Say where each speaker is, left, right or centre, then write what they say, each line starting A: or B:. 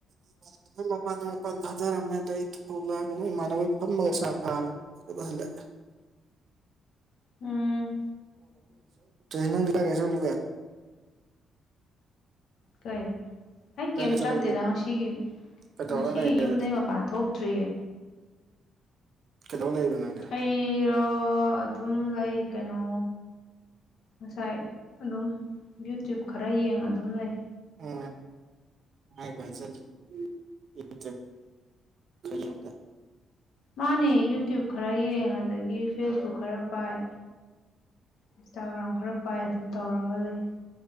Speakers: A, on the right; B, on the left.
A: <unintelligible> ꯑꯗꯨꯒ ꯍꯜꯂꯛꯑ
B: ꯎꯝ
A: ꯅꯥꯗꯤ ꯀꯥꯏ ꯀꯥꯏ ꯆꯠꯂꯨꯒꯦ
B: ꯀꯩ ꯑꯩ
A: ꯀꯥꯏ
B: ꯀꯔꯤꯝ
A: ꯀꯥꯏ ꯆꯠꯂꯨꯒꯦ
B: ꯆꯠꯇꯦꯗ ꯉꯁꯤꯒꯤ
A: ꯀꯩꯗꯧꯔ
B: ꯉꯁꯤ
A: ꯂꯩꯔꯦ
B: ꯌꯨꯝꯗꯩ
A: ꯑꯗꯨꯗꯤ
B: ꯃꯄꯥꯟ ꯊꯣꯛꯇ꯭ꯔꯤꯌꯦ
A: ꯀꯩꯗꯧ ꯂꯩꯕ ꯅꯪꯗꯤ
B: ꯑꯩꯔꯣ ꯑꯗꯨꯝ ꯂꯩ ꯀꯩꯅꯣ ꯉꯁꯥꯏ ꯑꯗꯨꯝ ꯌꯨꯇ꯭ꯌꯨꯕ ꯈꯔ ꯌꯦꯡꯉ ꯑꯗꯨꯝ ꯂꯩ
A: <unintelligible> <unintelligible>
B: ꯃꯥꯅꯦ ꯌꯨꯇ꯭ꯌꯨꯕ ꯈꯔ ꯌꯦꯡ ꯑꯗꯒꯤ ꯐꯦꯁꯕꯨꯛ ꯈꯔ ꯄꯥꯏ ꯏꯟꯁꯇꯥꯒ꯭ꯔꯥꯝ ꯈꯔ ꯄꯥꯏ ꯑꯗꯨꯝ ꯇꯧꯔꯒ ꯂꯩ